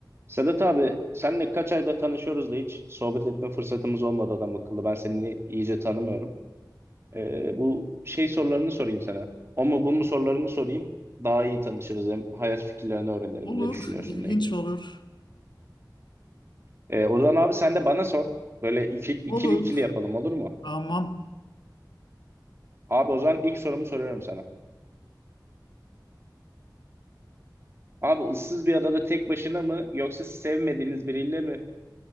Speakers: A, on the right; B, on the left.
A: Sedat abi senle kaç ayda tanışıyoruz da hiç sohbet etme fırsatımız olmadı adam akıllı. Ben seni iyice tanımıyorum. Ee, bu şey sorularını sorayım sana. O mu bu mu sorularını sorayım. Daha iyi tanışırız hem hayat fikirlerini öğrenelim.
B: Olur,
A: Ne düşünüyorsun
B: ilginç
A: ne?
B: olur.
A: Ee, o zaman abi sen de bana sor. Böyle iki, ikili
B: Olur.
A: ikili yapalım olur mu?
B: Tamam.
A: Abi o zaman ilk sorumu soruyorum sana. Abi ıssız bir adada tek başına mı yoksa sevmediğiniz biriyle mi